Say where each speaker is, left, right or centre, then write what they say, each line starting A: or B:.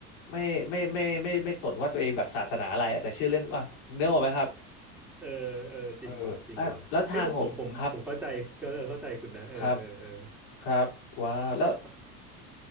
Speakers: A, on the left; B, in the centre.
A: ไม่ไม่ไม่ไม่ไม่ไม่สนว่าตัวเองแบบศาสนาอะไรแต่เชื่อเรื่องว่าเนื้อออกไหมครับ
B: เออเออจริงว่ะจริงว่ะเฮ้ยแต่ผมผมผมเข้าใจเออเข้าใจคุณนะเออเออเออ
A: เออแล้วแล้วทางของครับครับครับว้าวแล้ว
B: อ่ะ